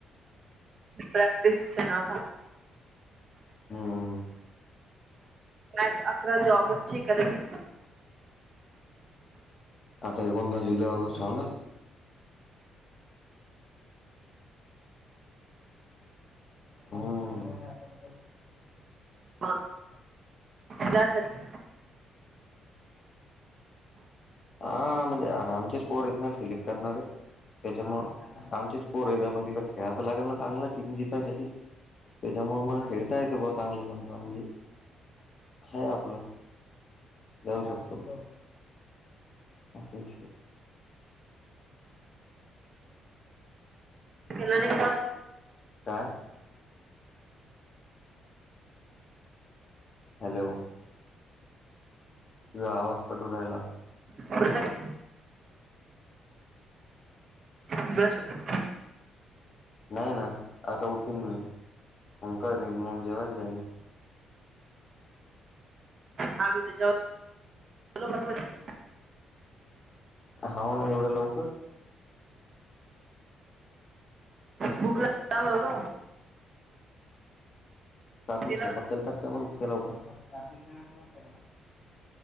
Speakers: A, on the right; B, on the left.
A: प्रॅक्टिस स ना.
B: हम.
A: ॅ अकरा ज ऑगस्टची क लगली.
B: आता एकोणदा जुलै ऑगस्ट ह ना. हम्म.
A: हा त्यासाठी
B: हा म्हणजे आरामचे स्कोअर येतणार सिलेक्ट करणारे. त्याच्यामु आमचेच पोर आहे पण तिथं खेळायचं लागेल ना चांगला टीम जितायसाठी त्याच्यामुळे मला खेळता येत चांगलं समजा म्हणजे ह आपलं जाऊ शकतो. असंलश. आ क?
A: केला न का?
B: काय? हॅलो. तुझा आवाज कटून रायला.
A: हो. बस्ट
B: नाही ना आता उठेन मी मग करन मग जेवायला जाईन.
A: हा बीथ जाऊ चल बस.
B: हा ना एवढं लवकर.
A: बुक ला चाल होत.
B: काकूंना
A: त्याला
B: स्वयंपाक केलता काय इतक्या लवकर?